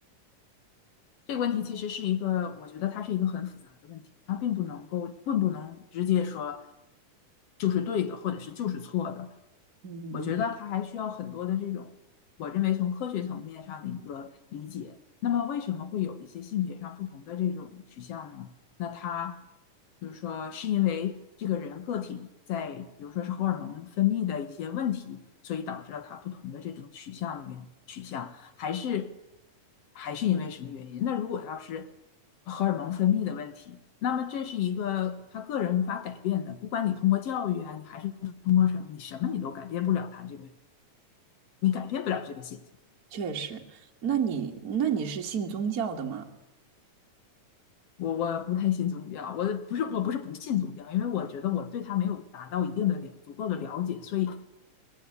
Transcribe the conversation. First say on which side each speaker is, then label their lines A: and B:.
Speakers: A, on the left; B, on the right.
A: 这个问题其实是一个，我觉得它是一个很复杂的问题，它并不能够，并不能直接说就是对的，或者是就是错的。
B: 嗯。
A: 我觉得它还需要很多的这种，我认为从科学层面上的一个理解。那么为什么会有一些性别上不同的这种取向呢？那它就是说，是因为这个人个体在，比如说是荷尔蒙分泌的一些问题，所以导致了他不同的这种取向的原取向。还是还是因为什么原因？那如果要是荷尔蒙分泌的问题，那么这是一个他个人无法改变的，不管你通过教育啊，你还是通过什么，你什么你都改变不了他这个，你改变不了这个现象。
B: 确实，那你那你是信宗教的吗？
A: 我我不太信宗教，我不是我不是不信宗教，因为我觉得我对他没有达到一定的了足够的了解，所以